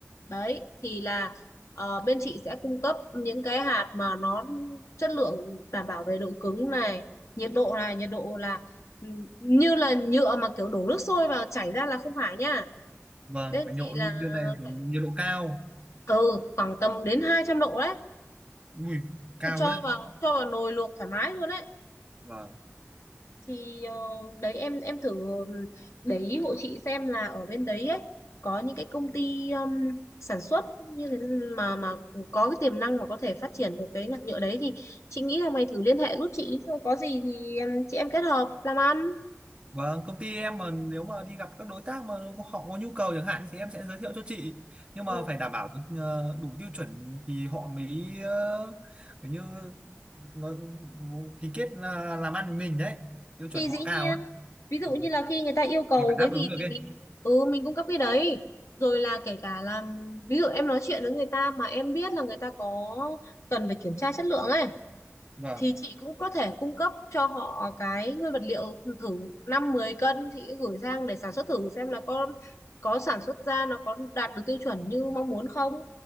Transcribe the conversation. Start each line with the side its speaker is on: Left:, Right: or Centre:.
Left: đấy thì là ờ, bên chị sẽ cung cấp những cái hạt mà nó chất lượng đảm bảo về độ cứng này nhiệt độ này nhiệt độ là ừ, như là nhựa mà kiểu đổ nước sôi vào chảy ra là không phải nha
Right: vâng
Left: bên
Right: phải nhộn
Left: chị là
Right: bên này phải
Left: phải
Right: nhiệt độ cao
Left: từ khoảng tầm đến 200 độ đấy
Right: ui cao
Left: cho
Right: đấy
Left: vào cho vào nồi luộc thoải mái luôn đấy
Right: vâng
Left: thì ờ, đấy em em thử để ý hộ chị xem là ở bên đấy ấy có những cái công ty um, sản xuất như thế mà mà có cái tiềm năng mà có thể phát triển được cái nhạc nhựa đấy thì chị nghĩ là mày thử liên hệ giúp chị xong có gì thì em chị em kết hợp làm ăn
Right: vâng công ty em mà nếu mà đi gặp các đối tác mà họ có nhu cầu chẳng hạn thì em sẽ giới thiệu cho chị nhưng
Left: ừ.
Right: mà phải đảm bảo được ờ, đủ tiêu chuẩn thì họ mới ờ, kiểu như nó ký kết là làm ăn với mình đấy tiêu chuẩn
Left: thì
Right: họ
Left: dĩ nhiên
Right: cao lắm
Left: ví dụ
Right: Ừ.
Left: như là khi người ta yêu cầu
Right: mình phải đáp
Left: cái gì
Right: ứng được
Left: thì
Right: ấy
Left: mình ừ mình cung cấp cái đấy rồi là kể cả là ví dụ em nói chuyện với người ta mà em biết là người ta có cần phải kiểm tra chất lượng ấy
Right: Vâng.
Left: thì chị cũng có thể cung cấp cho họ cái nguyên vật liệu thử 5 10 cân chị gửi sang để sản xuất thử xem là có có sản xuất ra nó có đạt được tiêu chuẩn như mong muốn không